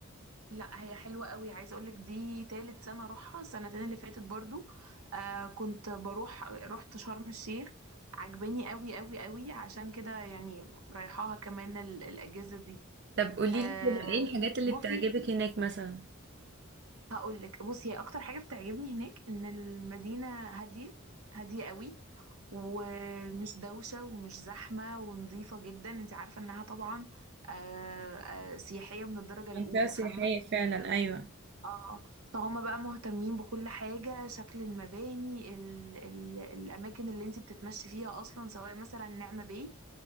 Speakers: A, on the right; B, on the right.
A: لا هي حلوة قوي عايزة اقولك دي تالت سنة اروحها السنتين اللي فاتت برضو آه كنت بروح رحت شرم الشيخ عجباني قوي قوي قوي عشان كده يعني رايحاها كمان ال- الاجازة دي
B: طب قوليلي
A: آه
B: كده ايه الحاجات اللي
A: بصي
B: بتعجبك هناك مثلا؟
A: هقولك بصي هي اكتر حاجة بتعجبني هناك ان المدينة هادية هادية قوي ومش دوشة ومش زحمة ونظيفة جدا انت عارفة انها طبعا آه آه سياحية من الدرجة الاولى
B: منطقة سياحية
A: فاهمة
B: فعلا ايوه
A: اه فهم بقى مهتمين بكل حاجة شكل المباني ال ال الأماكن اللي انت بتتمشي فيها أصلا سواء مثلا نعمة باي